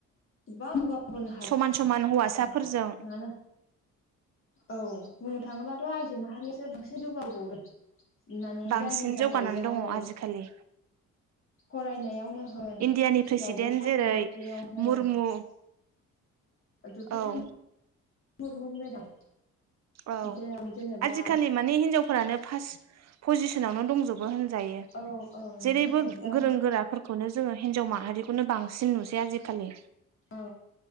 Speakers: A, on the left; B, on the right.
A: बिबां
B: समान समान हौवासाफोरजों
A: <inaudible> हाया मानो औ बुंनो थाङोबाथ' आइजो माहारियासो बांसिन जौगाबावदों। माने
B: बांसिन
A: जायनि जाहै
B: जौगानानै
A: दा
B: दङ
A: नै
B: आजिखालि
A: फरायनायावनो होन
B: इण्डियानि प्रेसिडेन्ट
A: जावबो साख्रि-बाख्रियावनो
B: जेरै
A: होन
B: मुरमु औ
A: <inaudible> <unintelligible>
B: औ
A: जेराव जेनेबा
B: आजिखालि मानि हिनजावफोरानो फार्ट पजिसनावनो दंजो बो होनजायो
A: औ औ नोंथां
B: जेरैबो
A: औ जाय
B: गोरों-गोराफोर खौनो जोङो हिन्जाव माहारिखौनो बांसिन नुसै आजिखालि
A: औ।